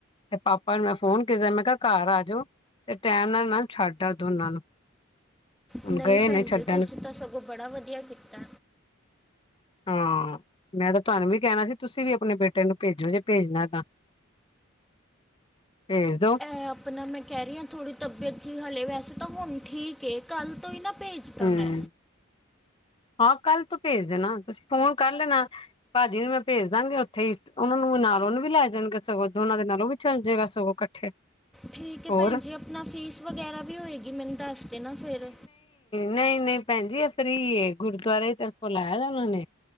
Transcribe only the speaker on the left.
ਤੇ ਪਾਪਾ ਨੂੰ ਮੈਂ ਫੋਨ ਕੀਤਾ, ਮੈਂ ਕਿਹਾ ਘਰ ਆਜੋ, ਤੇ ਟੈਮ ਨਾ ਏਨਾ ਨੂੰ ਛੱਡ ਆ, ਦੋਨਾਂ ਨੂੰ। ਹੁਣ
ਗਏ
ਨੇ ਛੱਡਣ
ਹਾਂ, ਮੈਂ ਤਾਂ ਤੁਹਾਨੂੰ ਵੀ ਕੈਹਣਾ ਸੀ। ਤੁਸੀਂ ਵੀ ਆਪਣੇ ਬੇਟੇ ਨੂੰ ਭੇਜੋਜੇ ਭੇਜਣਾ ਤਾਂ, ਭੇਜ ਦੋ।
ਹੂੰ
ਹਾਂ, ਕੱਲ ਤੋਂ ਭੇਜ ਦੇਣਾ, ਤੁਸੀਂ ਫੋਨ ਕਰ ਲੈਣਾ। ਭਾਜੀ ਮੈਂ ਭੇਜ ਦਾਂਗੀ, ਉੱਥੇ ਹੀ ਓਨਾਂ ਨੂੰ ਨਾਲ ਉਹਨੂੰ ਵੀ ਲੈ ਜਾਣਗੇ, ਸਗੋਂ ਦੋਨਾਂ ਦੇ ਨਾਲੋਂ ਵੀ ਚੱਲ ਜੇਗਾ, ਸਗੋਂ <unintelligible>
ਹੋਰ
ਨਹੀਂ-ਨਹੀਂ ਭੈਣ ਜੀ, ਏਹ ਫਰੀ ਏ, ਗੁਰਦੁਆਰੇ ਦੀ ਤਰਫੋਂ ਲਾਇਐ, ਓਨਾਂ ਨੇ।